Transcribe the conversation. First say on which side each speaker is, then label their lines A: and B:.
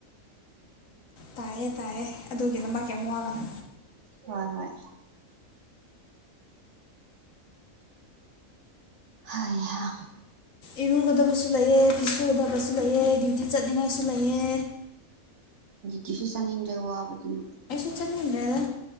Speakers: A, on the left; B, on the right.
A: ꯇꯥꯏꯌꯦ ꯇꯥꯏꯌꯦ ꯑꯗꯨꯒꯤꯗꯃꯛ ꯀꯩꯝ ꯋꯥꯒꯅꯨ
B: ꯍꯣꯏ ꯍꯣꯏ ꯍꯩꯍꯥ
A: ꯏꯔꯨꯒꯗꯕꯁꯨ ꯂꯩꯑꯦ ꯐꯤꯁꯨꯨꯒꯗꯕꯁꯨ ꯂꯩꯑꯦ ꯗꯌꯨꯇꯤ ꯆꯠꯅꯤꯡꯉꯥꯏꯁꯨ ꯂꯩꯌꯦ
B: ꯇꯤꯁꯨ ꯆꯠꯅꯤꯡꯗ꯭ꯔꯦ ꯋꯥꯕꯗꯨꯅ
A: ꯆꯅꯤꯡꯗ꯭ꯔꯦꯗ